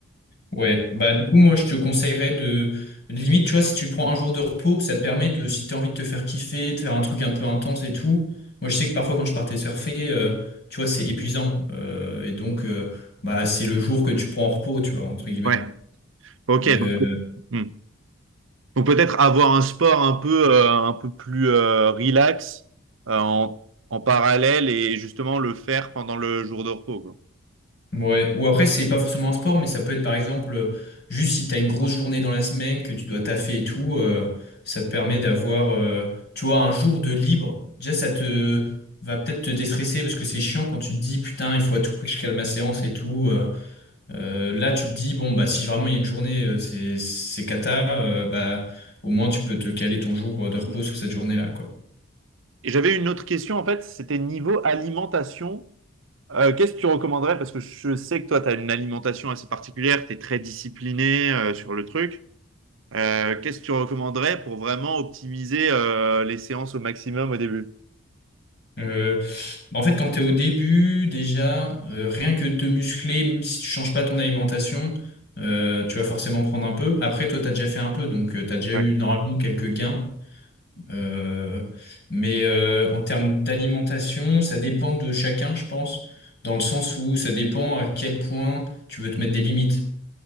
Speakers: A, on the left; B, on the right.
A: ouais. Bah, du coup, moi, je te conseillerais de. Limite, tu vois, si tu prends un jour de repos, ça te permet de, si t'as envie de te faire kiffer, de faire un truc un peu intense et tout. Moi, je sais que parfois, quand je partais surfer, euh, tu vois, c'est épuisant. Euh, et donc, euh, bah, c'est le jour que tu prends en repos, tu vois, entre guillemets.
B: Ouais. Ok.
A: Euh,
B: Donc, hmm. Donc peut-être avoir un sport un peu, euh, un peu plus euh, relax euh, en, en parallèle et justement le faire pendant le jour de repos, quoi.
A: Ouais, ou après, c'est pas forcément un sport, mais ça peut être par exemple, euh, juste si t'as une grosse journée dans la semaine, que tu dois taffer et tout, euh, ça te permet d'avoir, euh, tu vois, un jour de libre. Déjà, ça te va peut-être te déstresser parce que c'est chiant quand tu te dis, putain, il faut à tout prix que je cale ma séance et tout. euh, euh, là, tu te dis, bon, bah, si vraiment il y a une journée, euh, c'est, c'est cata, euh, bah, au moins tu peux te caler ton jour euh, de repos
B: Hmm.
A: sur cette journée-là, quoi.
B: Et j'avais une autre question, en fait, c'était niveau alimentation. Euh, qu'est-ce que tu recommanderais? Parce que je sais que toi, tu as une alimentation assez particulière, tu es très discipliné euh, sur le truc. Euh, qu'est-ce que tu recommanderais pour vraiment optimiser euh, les séances au maximum au début?
A: Euh, Bah, En fait, quand tu es au début, déjà, euh, rien que de te muscler, même si tu changes pas ton alimentation, euh, tu vas forcément prendre un peu. Après, toi, tu as déjà fait un peu, donc tu as déjà eu
B: Ouais.
A: normalement quelques gains. Euh, mais euh, en termes d'alimentation, ça dépend de chacun, je pense, dans le sens où ça dépend à quel point tu veux te mettre des limites.